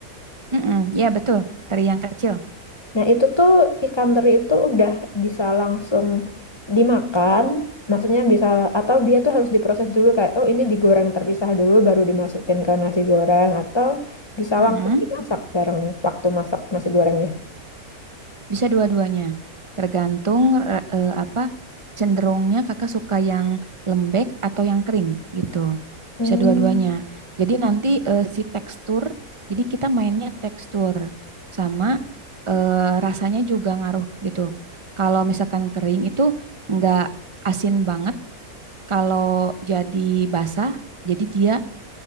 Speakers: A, on the right; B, on the left.
A: mm-mm. ya betul teri yang kecil
B: Nah, itu tuh ikan teri itu udah bisa langsung dimakan. Maksudnya bisa atau dia tuh harus diproses dulu kayak oh ini digoreng terpisah dulu baru dimasukin ke nasi goreng atau bisa
A: Mm-mm.
B: langsung dimasak bareng waktu masak nasi gorengnya.
A: Bisa dua-duanya. Tergantung eh, eh, apa cenderungnya kakak suka yang lembek atau yang kering gitu.
B: Hmm.
A: Bisa dua-duanya. Jadi nanti eh, si tekstur, jadi kita mainnya tekstur sama eh, rasanya juga ngaruh gitu. Kalau misalkan kering itu nggak asin banget. Kalau jadi basah, jadi dia